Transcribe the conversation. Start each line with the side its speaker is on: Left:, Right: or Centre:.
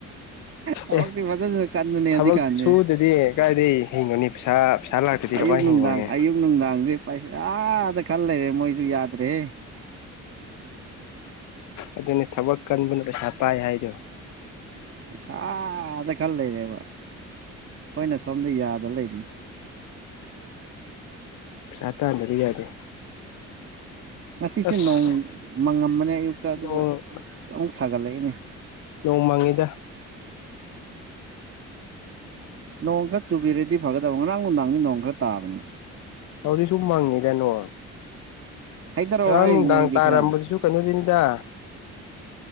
Right: ꯊꯕꯛꯇꯤ
Left: ꯑꯦ
Right: ꯐꯖꯅ ꯀꯟꯕꯅꯦ
Left: ꯊꯕꯛ
Right: ꯍꯧꯖꯤꯛꯀꯥꯟꯁꯦ
Left: ꯁꯨꯗꯗꯤ ꯀꯗꯥꯗꯒꯤꯩ ꯍꯩꯅꯣꯅꯤ ꯄꯩꯁꯥ ꯄꯩꯁꯥ ꯂꯥꯛꯇꯗꯤ
Right: ꯑꯌꯨꯛ
Left: ꯀꯃꯥꯏꯅ
Right: ꯅꯨꯡꯗꯥꯡ
Left: ꯍꯤꯡꯉꯨꯅꯤ
Right: ꯑꯌꯨꯛ ꯅꯨꯡꯗꯥꯡꯗꯤꯦ ꯄꯩꯁꯥ ꯗ ꯈꯜ ꯂꯩꯔꯦ ꯃꯣꯏꯁꯨ ꯌꯥꯗ꯭ꯔꯦ
Left: ꯑꯗꯨꯅꯤ ꯊꯕꯛ ꯀꯟꯕꯅ ꯄꯩꯁꯥ ꯄꯥꯏ ꯍꯥꯏꯗꯣ
Right: ꯄꯩꯁꯥꯗ ꯈꯔ ꯂꯩꯔꯦꯕ ꯑꯩꯈꯣꯏꯅ ꯁꯣꯝꯗ ꯌꯥꯗ ꯂꯩꯔꯤ
Left: ꯆꯥ ꯇꯥꯟꯕꯗꯤ ꯌꯥꯗꯦ
Right: ꯉꯁꯤꯁꯦ
Left: ꯑꯁ
Right: ꯅꯣꯡ ꯃꯪꯉꯝꯕꯅꯦ ꯑꯌꯨꯛꯇ ꯑꯗꯨꯕꯨ
Left: ꯅꯣꯡ
Right: ꯑꯁ ꯑꯃꯨꯛ ꯁꯥꯒꯠꯂꯛꯏꯅꯦ
Left: ꯅꯣꯡ ꯃꯪꯉꯤꯗ
Right: ꯑꯁ ꯅꯣꯡ ꯈꯔ ꯆꯨꯕꯤꯔꯗꯤ ꯐꯒꯗꯕ ꯉꯔꯥꯡ ꯅꯨꯡꯗꯥꯡꯅꯤ ꯅꯣꯡ ꯈꯔ ꯇꯥꯕꯅꯤ
Left: ꯍꯧꯥꯎꯗꯤ ꯁꯨꯝ ꯃꯥꯡꯉꯤ ꯇꯅꯣ
Right: ꯍꯥꯏꯊꯔꯛꯑꯣ
Left: ꯉꯔꯥꯡ
Right: ꯍꯥꯏꯔꯤꯅꯦ
Left: ꯅꯨꯡꯗꯥꯡ
Right: ꯑꯩꯗꯤ
Left: ꯇꯥꯔꯝꯕꯗꯨꯁꯨ
Right: ꯈꯔ
Left: ꯀꯩꯅꯣꯗꯅꯤꯗ